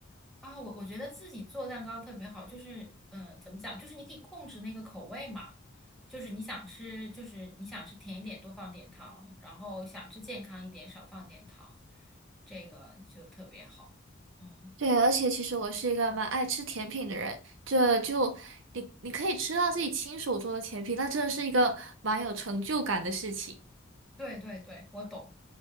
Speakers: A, in the centre; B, on the right.
A: 啊。我我觉得自己做蛋糕特别好，就是嗯，呃怎么讲，就是你可以控制那个口味嘛，就是你想吃，就是你想吃甜一点多放点糖，然后想吃健康一点少放点糖，这个就特别好。嗯。
B: 对，而且其实我是一个蛮爱吃甜品的人，这就你你可以吃到自己亲手做的甜品，那真的是一个蛮有成就感的事情。
A: 对对对，我懂。